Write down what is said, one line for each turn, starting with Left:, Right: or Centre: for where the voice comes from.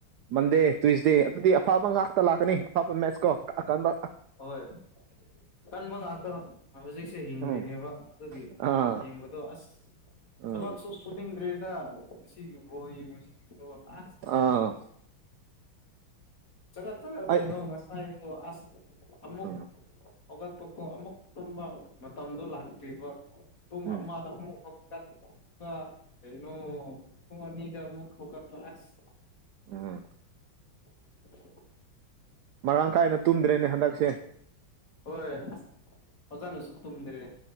Right: ꯃꯟꯗꯦ ꯇꯨꯋꯁꯗꯦ ꯑꯗꯨꯗꯤ ꯑꯐꯕ ꯉꯥꯛꯇ ꯂꯥꯛꯀꯅꯤ ꯑꯐꯕ ꯃꯦꯠꯁ ꯀꯣꯑꯀꯥꯟꯗ
Left: ꯍꯣꯏ ꯀꯟꯕ ꯉꯥꯛꯇꯣ ꯍꯧꯖꯤꯛ ꯁꯦ ꯍꯤꯡꯂꯤꯅꯦꯕ
Right: ꯎꯝ
Left: ꯑꯗꯨꯒꯤ
Right: ꯑꯥ
Left: ꯌꯦꯡꯕꯗꯣ ꯑꯁ
Right: ꯎꯝ
Left: ꯊꯕꯛꯁꯨ ꯁꯨꯅꯤꯡꯗ꯭ꯔꯦꯗ ꯁꯤꯒꯤ ꯑꯣꯏ ꯑ
Right: ꯑꯥ
Left: ꯆꯪꯉꯠ ꯆꯪꯉꯠ
Right: ꯑꯩ
Left: ꯀꯩꯅꯣ ꯉꯁꯥꯏꯗꯨ ꯑꯁ ꯑꯃꯨꯛ
Right: ꯎꯝ
Left: ꯍꯧꯒꯠꯄꯣ ꯑꯃꯨꯛꯀꯕ ꯃꯇꯝꯗꯣ ꯂꯥꯛꯇ꯭ꯔꯤꯕ ꯄꯨꯡ
Right: ꯎꯝ
Left: ꯑꯃꯗ ꯑꯃꯛ ꯀꯄ ꯀꯩꯅꯣ ꯑꯅꯤꯗ ꯑꯃꯨꯛ ꯀꯄ ꯑꯁ
Right: ꯎꯝ
Left: <unintelligible>
Right: ꯃꯔꯥꯡ ꯀꯥꯏꯅ ꯇꯨꯝꯗ꯭ꯔꯦꯅꯦ ꯍꯟꯗꯛꯁꯦ
Left: ꯍꯣꯏ ꯑꯣꯖꯥꯅ ꯁ ꯇ ꯃꯗꯔꯤ